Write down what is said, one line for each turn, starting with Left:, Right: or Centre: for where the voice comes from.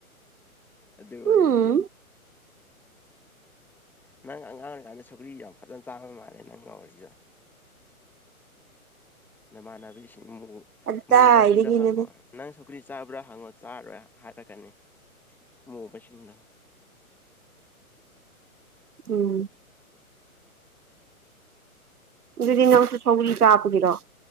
Centre: ꯑꯗꯨ ꯑꯣꯏꯕꯒꯤ
Right: ꯎꯝ
Centre: ꯅꯪ ꯑꯉꯥꯡ ꯑꯣꯏꯔꯤꯀꯥꯟꯗ ꯁꯨꯀ꯭ꯔꯤ ꯌꯥꯝ ꯐꯖꯅ ꯆꯥꯕ ꯃꯥꯜꯂꯦ ꯅꯪ ꯉꯧꯔꯤꯗꯣ ꯅꯃꯥꯟꯅꯕꯤꯁꯤꯡ
Right: ꯀꯗꯥꯏꯗꯒꯤꯅꯣꯗ
Centre: ꯃꯨꯕꯁꯤꯡꯗꯣ ꯍꯪꯉꯣ ꯅꯪ ꯁꯧ ꯒꯔꯤ ꯆꯥꯕ꯭ꯔꯥ ꯍꯪꯉꯣ ꯆꯥꯔꯣꯏ ꯍꯥꯏꯔꯛꯀꯅꯤ ꯃꯣꯕꯥꯁꯤꯡꯗꯣ
Right: ꯎꯝ ꯑꯗꯨꯗꯤ ꯅꯁꯨ ꯁꯒꯜ ꯆꯥꯕꯒꯤꯔꯣ